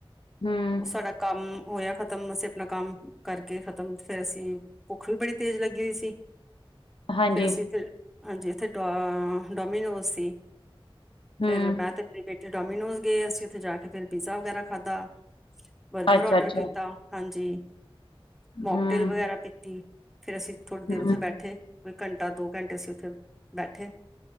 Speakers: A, on the left (about 65°); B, in the centre.
A: ਹੂੰ
B: ਉਹ ਸਾਡਾ ਕੰਮ ਹੋਇਆ ਖ਼ਤਮ ਅਸੀਂ ਆਪਣਾ ਕੰਮ ਕਰਕੇ ਖ਼ਤਮ ਫੇਰ ਅਸੀਂ ਭੁੱਖ ਵੀ ਬੜੀ ਤੇਜ਼ ਲੱਗੀ ਹੋਈ ਸੀ।
A: ਹਾਂਜੀ
B: ਫਿਰ ਅਸੀਂ ਇੱਥੇ ਹਾਂਜੀ ਇੱਥੇ ਡ ਡੋਮੀਨੋਜ ਸੀ।
A: ਹੂੰ
B: ਫੇਰ ਮੈਂ ਤੇ ਮੇਰੇ ਬੇਟੀੇ ਡੋਮੀਨੋਜ਼ ਗਏ ਅਸੀਂ ਉੱਥੇ ਜਾ ਕੇ ਫਿਰ ਪੀਜ਼ਾ ਵਗੈਰਾ ਖਾਧਾ। ਬਰਗਰ
A: ਅੱਛਾ
B: ਔਡਰ
A: ਅੱਛਾ
B: ਕੀਤਾ ਹਾਂਜੀ। ਮੋਕ
A: ਹੂੰ
B: ਟੇਲ ਵਗੈਰਾ ਪੀਤੀ ਫਿਰ ਅਸੀਂ ਥੋੜ੍ਹੀ ਦੇਰ
A: ਹੂੰ
B: ਉੱਥੇ ਬੈਠੇ ਕੋਈ ਘੰਟਾ-ਦੋ ਘੰਟੇ ਅਸੀਂ ਉੱਥੇ ਬੈਠੇ